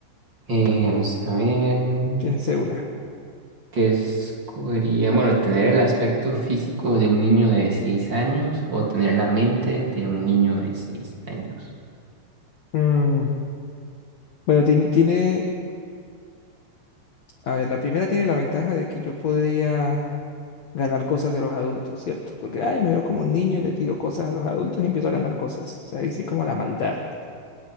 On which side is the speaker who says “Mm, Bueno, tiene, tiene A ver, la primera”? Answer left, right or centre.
Left